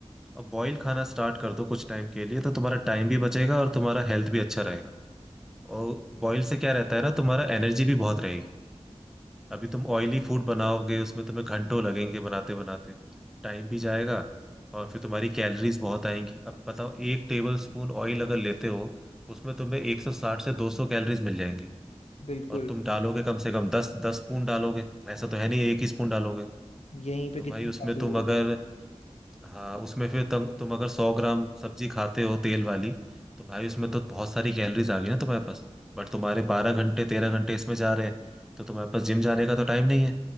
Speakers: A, in the centre; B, on the left.
A: और बॉईल खाना स्टार्ट कर दो कुछ टाइम के लिए तो तुम्हारा टाइम भी बचेगा और तुम्हारा हेल्थ भी अच्छा रहेगा और बॉईल से क्या रहता है ना तुम्हारा एनर्जी भी बहुत रहेगी अभी तुम ऑयली फूड बनाओगे उसमें तुम्हें घंटों लगेंगे बनाते बनाते टाइम भी जाएगा और फिर तुम्हारी कैलोरीज बहुत आएंगी अब बताओ एक टेबल स्पून ऑयल अगर लेते हो उसमें तुम्हें 160 से 200 कैलोरीज मिल जाएंगी
B: बिल्कुल
A: और तुम डालोगे कम से कम दस दस स्पून डालोगे ऐसा तो है नहीं एक ही स्पून डालोगे
B: यहीं पे
A: तो
B: कितनी
A: भाई उसमें
B: बातें
A: तुम
B: हो
A: अगर
B: गई
A: हाँ उसमें फिर तुम तुम अगर सौ ग्राम सब्जी खाते हो तेल वाली तो भाई उसमें तो बहुत सारी कैलोरीज आ गई ना तुम्हारे पास बट तुम्हारे बारह घंटे तेरह घंटे इसमें जा रहे हैं तो तुम्हारे पास जिम जाने का तो टाइम नहीं है